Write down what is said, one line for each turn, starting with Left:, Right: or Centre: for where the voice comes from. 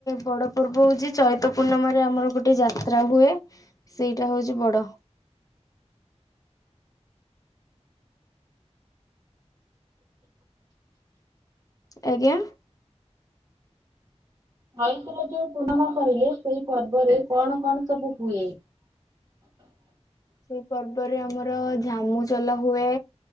Left: ବଡ଼ ପର୍ବ ହଉଛି ଚୈତ ପୂର୍ଣ୍ଣିମାରେ ଆମର ଗୋଟେ ଯାତ୍ରା ହୁଏ। ସେଇଟା ହଉଛି ବଡ଼। ଆଜ୍ଞା।
Right: ଚୈତରେ ଯୋଉ ପୂର୍ଣମା କହିଲୁ ସେଇ ପର୍ବରେ କଣ କଣ ସବୁ ହୁଏ?
Left: ସେଇ ପର୍ବରେ ଆମର ଝାମୁଚଲ ହୁଏ।